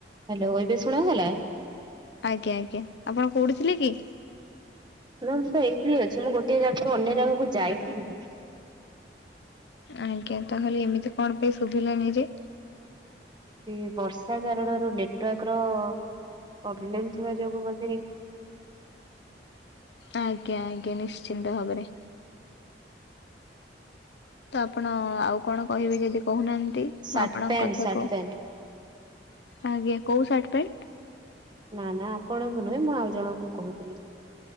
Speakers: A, on the right; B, on the left.
A: ହ୍ୟାଲୋ ଏବେ ଶୁଣା ଗଲା
B: ଆଜ୍ଞା ଆଜ୍ଞା ଆପଣ କୋଉଠି ଥିଲେ କି
A: ନା ମୁଁ ତ ଏଇଠି ହିଁ ଅଛି ମୁଁ ଗୋଟେ ଜାଗାରୁ ଅନ୍ୟ ଜାଗାକୁ ଯାଇନି ନାହିଁ
B: ଆଜ୍ଞା ତାହେଲେ ଏମିତି କଣ ପାଇଁ ଶୁଭିଲାଣି ନି ଯେ
A: ସେ ବର୍ଷା କାରଣରୁ ନେଟୱାର୍କ ର ପ୍ରୋବ୍ଲେମ୍ ଥିବା ଯୋଗୁ ବଧେ
B: ଆଜ୍ଞା ଆଜ୍ଞା ନିଶ୍ଚିନ୍ତ ଭାବରେ ତ ଆପଣ ଆଉ କଣ କହିବେ ଯଦି କହୁନାହାନ୍ତି
A: ସାର୍ଟ
B: ମୁଁ ଆପଣଙ୍କ
A: ପ୍ୟାଣ୍ଟ
B: କଥା
A: ସାର୍ଟ
B: କୁ
A: ପ୍ୟାଣ୍ଟ
B: ଆଜ୍ଞା କୋଉ ସାର୍ଟ ପ୍ୟାଣ୍ଟ
A: ନା ନା ଆପଣଙ୍କୁ ନୁହେଁ ମୁଁ ଆଉ ଜଣଙ୍କୁ କହୁଥିଲି